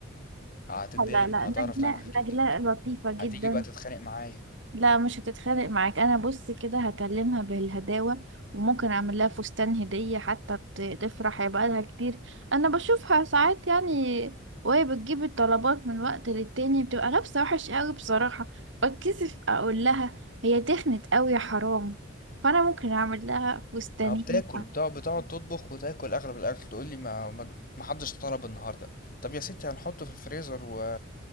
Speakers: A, on the left; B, on the right.
A: هتتضايق
B: لا لا
A: هتعرف
B: نجلة
A: لا انا حكيت
B: نجلة لطيفة جدا
A: هتيجي بقى تتخانق معايا
B: لا مش هتتخانق معاك انا بص كده هكلمها بالهداوة وممكن اعمل لها فستان هدية حتى ت- تفرح هيبقى لها كتير انا بشوفها ساعات يعني وهي بتجيب الطلبات من وقت للتاني بتبقى لابسة وحش قوي بصراحة بتكسف اقول لها هي تخنت قوي يا حرام فانا ممكن اعمل لها فستانين
A: ما هو بتاكل بتقعد بتقعد تطبخ وتاكل اغلب الاكل تقول لي ما ما ما حدش طلب النهارده طب يا ستي هنحطه في الفريزر و